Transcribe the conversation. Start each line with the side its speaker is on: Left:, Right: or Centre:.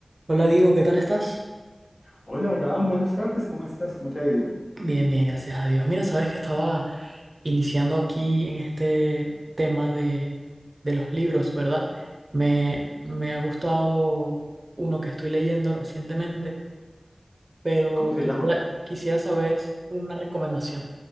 Right: Hola Diego, ¿qué tal estás?
Left: Hola, Abraham, buenas tardes, ¿cómo estás? ¿Cómo te ha ido?
Right: Bien, bien, gracias a Dios. Mira, sabes que estaba iniciando aquí en este tema de, de los libros, ¿verdad? Me, me ha gustado uno que estoy leyendo recientemente, pero
Left: ¿Cómo se
Right: quisiera,
Left: llama?
Right: quisiera saber una recomendación.